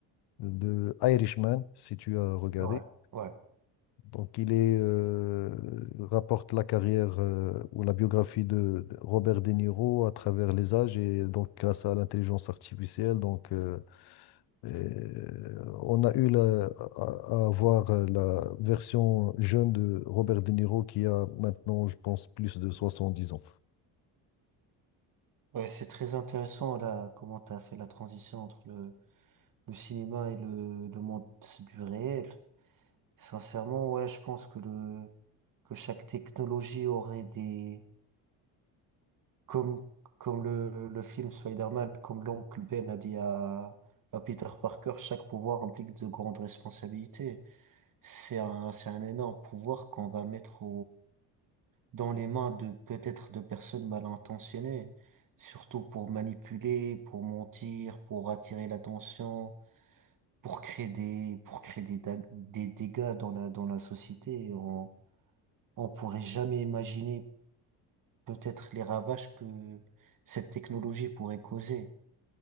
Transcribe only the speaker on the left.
de Irishman, si tu as regardé.
Donc, il est, euh, rapporte la carrière euh, ou la biographie de de Robert De Niro à travers les âges et donc grâce à l'intelligence artificielle. Donc, euh, euh, on a eu la- à, à voir la version jeune de Robert De Niro qui a maintenant, je pense, plus de 70 ans.